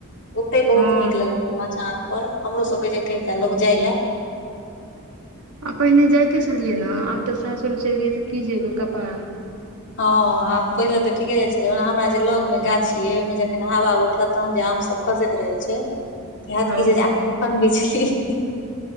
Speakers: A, on the left; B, on the right.
A: ओतै बहुत
B: हँ
A: नीक लगैत हेतै मचान और हमरो सबके जे लोक कहितय जाय ले।
B: आ पहिने जाइते छलियै ने, आब त सासुर चलि गेलियै त कि जेबै कपार।
A: हां, आब पहिले त ठीके जाइत छलहुं, हमरा जे लग मे गाछी अछि ओहिमे जखैन हवा उ ठत तखन आम सब खसैत रहै छै। हैत
B: हँ
A: कि जे जा क कखैन बिछी। उं हुं।